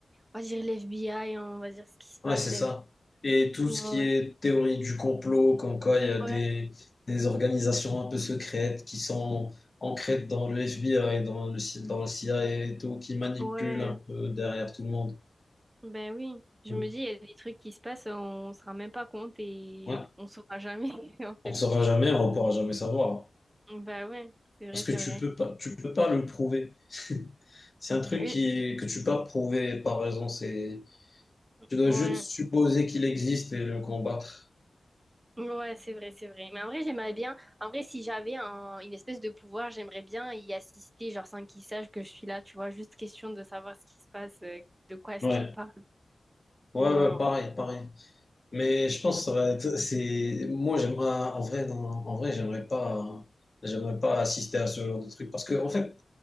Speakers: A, on the right (about 20°); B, on the left (about 35°).
A: on va dire l'FBI, on va dire ce qui se passe
B: Ouais, c'est
A: derrière.
B: ça. Et tout
A: Ouais,
B: ce qui est théorie du complot, comme quoi il y a des,
A: ouais,
B: des organisations un peu secrètes qui sont ancrées dans le FBI, dans le, C- dans le CIA et tout, qui manipulent
A: ouais.
B: un peu derrière tout le monde.
A: Ben oui, je
B: Mm.
A: me dis, il y a des trucs qui se passent, on se rend même pas compte et
B: Ouais,
A: on saura jamais, <laughs> en fait.
B: on ne saura jamais, on ne pourra jamais savoir. hein.
A: Ben ouais, c'est vrai,
B: Parce que
A: c'est
B: tu
A: vrai.
B: peux pas, tu peux pas le prouver. C'est un truc
A: Oui,
B: qui, que tu peux pas prouver par raison. C'est, tu dois
A: ouais.
B: juste supposer qu'il existe et le combattre.
A: Ouais, c'est vrai, c'est vrai. Mais en vrai, j'aimerais bien. En vrai, si j'avais un- une espèce de pouvoir, j'aimerais bien y assister, genre sans qu'ils sachent que je suis là, tu vois. Juste question de savoir ce qui se passe, euh, de quoi est-ce
B: Ouais.
A: qu'ils parlent.
B: Ouais,
A: Oh.
B: ouais, pareil, pareil. Mais je pense que ça va être, c'est, moi, j'aimerais, en vrai, non, en vrai, j'aimerais pas, j'aimerais pas assister à ce genre de truc parce que, en fait,